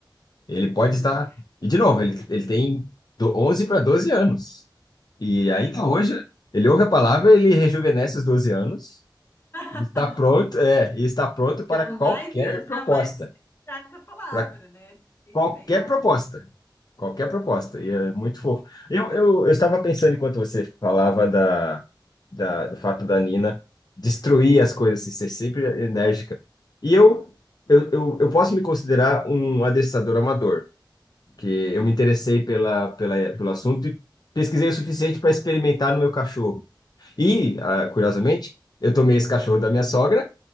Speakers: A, on the left; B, on the left.
A: Ele pode
B: sim.
A: estar. E, de novo, ele, ele tem do 11 para 12 anos. E ainda hoje, ele ouve a palavra, ele rejuvenesce os 12 anos e
B: <laughs>
A: está pronto, é, e está pronto para
B: Jamais,
A: qualquer proposta.
B: jamais citar essa palavra,
A: Para
B: né? De jeito
A: qualquer
B: nenhum.
A: proposta. Qualquer proposta, e é muito fofo. Eu, eu, eu estava pensando enquanto você falava da, da- do fato da Nina destruir as coisas, assim, ser sempre enérgica. E eu, eu, eu, eu posso me considerar um adestrador amador, que eu me interessei pela, pela, pelo assunto e pesquisei o suficiente para experimentar no meu cachorro. E, ah, curiosamente, eu tomei esse cachorro da minha sogra,